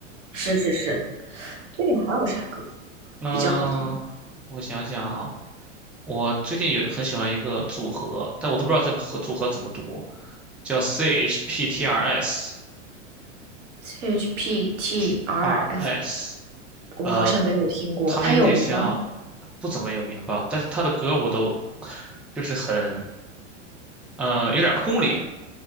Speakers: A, on the right; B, in the centre.
A: 是是是，最近还有啥歌
B: 嗯、
A: 比较好听
B: 我想想啊，我最近有很喜欢一个组合，但我都不知道这合组合怎么读，叫 CHPTRS
A: ？CHPTRS，
B: TRS，
A: 我好像没有听过，
B: 呃，它有点像
A: 它有名吗？
B: 不怎么有名吧，但是它的歌我都就是很呃有点空灵，